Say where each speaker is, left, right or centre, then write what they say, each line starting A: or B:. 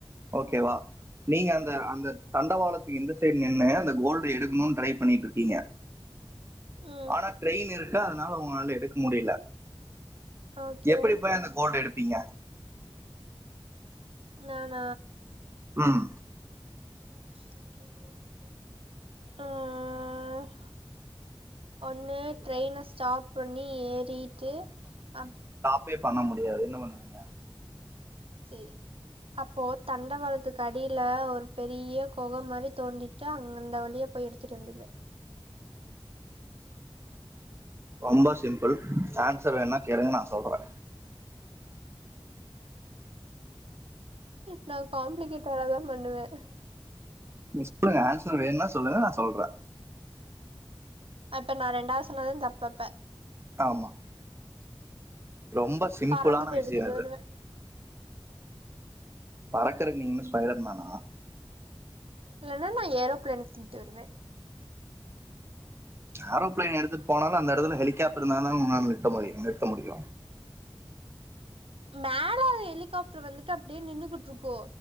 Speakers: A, on the right; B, on the right.
A: ஓகேவா
B: ம்
A: நீங்க அந்த அந்த தண்டவாளத்துக்கு இந்த சைடு நின் அந்த கோல்டு எடுக்கணும்னு ட்ரை பண்ணிட்டு இருக்கீங்க
B: ம்
A: ஆனா ட்ரெயின் இருக்கு அதனால உங்களால எடுக்க முடியல
B: ஓகே
A: எப்புடி போய் அந்த கோல்ட எடுப்பீங்க
B: நானா
A: உஹம்
B: <inaudible> ஆஹ் ஒண்ணு ட்ரைன சு ஸ்டாப் பண்ணி ஏறிட்டு அ
A: ப்பே பண்ண முடியாது என்ன பண்ணுவீங்க
B: செரி அப்போ தண்ட வாளத் அ கடியில ஒரு பெரிய கோகை மாதிரி தோண்டிட்டு அந்த வழியா போய் எடுத்துட்டு வந்துடுவேன்
A: ரொம்ப சிம்பிள் ஆன்சர் வேண்ணா கேளுங்க நா சொல்றே
B: நா காம்ப்ளிகேட் <unintelligible> பண்ணுவேன்
A: நீங்க சொல்லுங்க ஆன்சர் வேணுன்னா சொல்லுங்க நா சொல்றே
B: அப்ப நா ரெண்டாவது சொன்னதும் தப்பு அப்ப
A: ஆமா ரொம்ப சிம்பிளான
B: பறந்து போய்
A: விஷயம்
B: எடுத்துட்டு
A: இது
B: வருவே
A: பறக்கறக்கு நீங்க என்ன ஸ்பைடர்மேனா
B: இல்லண்ணா நா ஏரோப்ளேன் ந்துருவே
A: ஏரோப்ளான் எடுத்துட்டுப் போனாலு அந்த எடத்துல ஹெலி கேப் இருந்தாதா உங்களால நிறுத்த முடியு நிறுத்த முடியு
B: மேல ஹெலிகாப்டர் வந்துட்டு அப்படியே நின்னுகிட்டு இருக்கு